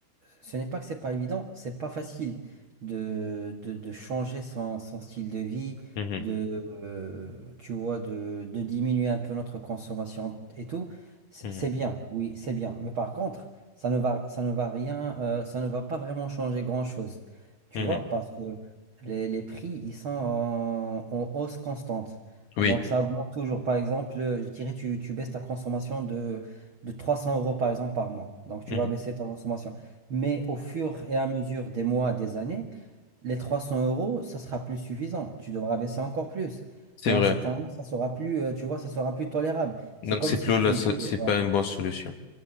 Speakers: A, on the right; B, on the left.
A: Ce n'est pas que c'est pas évident, c'est pas facile de, de, de changer son, son style de vie,
B: Mhm,
A: de, euh, tu vois, de, de diminuer un peu notre consommation et tout. C-
B: mhm,
A: C'est bien, oui, c'est bien. Mais par contre, ça ne va, ça ne va rien, euh, ça ne va pas vraiment changer grand-chose. Tu
B: mhm.
A: vois, parce que les, les prix, ils sont en, en hausse constante.
B: oui
A: Donc ça augmente toujours. Par exemple, je dirais, tu, tu baisses ta consommation de, de 300 euros, par exemple, par mois. Donc tu
B: mhm.
A: vas baisser ta consommation. Mais au fur et à mesure des mois, des années, les 300 euros, ça sera plus suffisant. Tu devras baisser encore plus.
B: c'est
A: Mais
B: vrai
A: à un certain moment, ça sera plus, euh, tu vois, ça sera plus tolérable. C'est
B: donc
A: comme
B: c'est
A: si
B: plus
A: tu
B: là
A: me
B: c'est
A: dis, euh, ouais.
B: pas une bonne solution